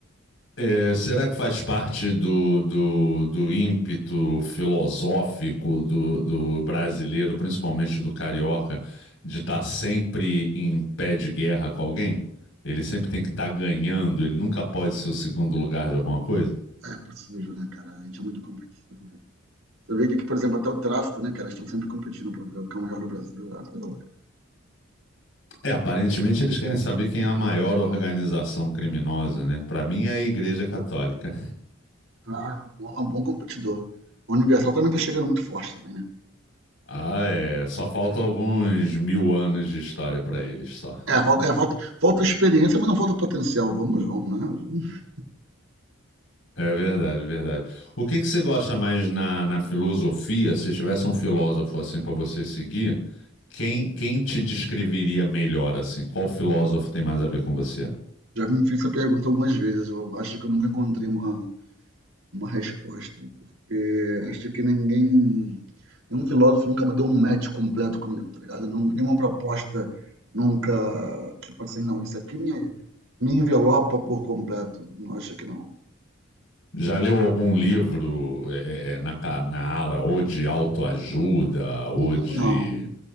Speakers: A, on the left; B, on the right.
A: É, será que faz parte do, do, do ímpeto filosófico do, do brasileiro, principalmente do carioca, de estar sempre em pé de guerra com alguém? Ele sempre tem que estar ganhando, ele nunca pode ser o segundo lugar de alguma coisa?
B: É possível, né, cara? A gente é muito competitivo mesmo. Você vê que, aqui, por exemplo, até o tráfico, né, cara? Eles estão sempre competindo para ver o que é o maior do Brasil, é uma coisa louca.
A: É, aparentemente eles querem saber quem é a maior organização criminosa, né? Para mim é a Igreja Católica.
B: Ah, é um bom é um bom competidor. O Universal também tá chegando muito forte também, né?
A: Ah, é. Só falta alguns mil anos de história para eles, só.
B: É, falta, é, falta, falta experiência, mas não falta potencial. Vamos, vamos, né? Vamos
A: É verdade, é verdade. O que que você gosta mais na, na filosofia? Se tivesse um filósofo assim para você seguir, quem, quem te descreveria melhor assim? Qual filósofo tem mais a ver com você?
B: Já me fiz essa pergunta algumas vezes, eu acho que eu nunca encontrei uma, uma resposta, porque acho que ninguém, nenhum filósofo nunca deu um match completo comigo, tá ligado? Nun- Nenhuma proposta nunca, tipo assim, não, isso aqui me, me envelopa por completo, não acho que não.
A: Já leu algum livro é, é, é, na, ca- na ala ou de autoajuda ou
B: Uhum.
A: de...